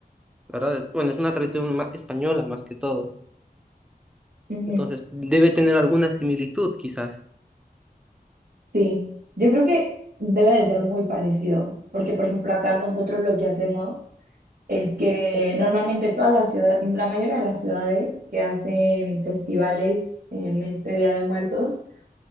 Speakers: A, in the centre; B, on the right (about 65°).
A: ¿verdad? Bueno, es una tradición ma- española más que todo.
B: Ujú.
A: Entonces, debe tener alguna similitud, quizás.
B: Sí, yo creo que debe de ser muy parecido, porque por ejemplo acá nosotros lo que hacemos es que normalmente todas las ciudades, la mayoría de las ciudades que hacen festivales en este Día de Muertos,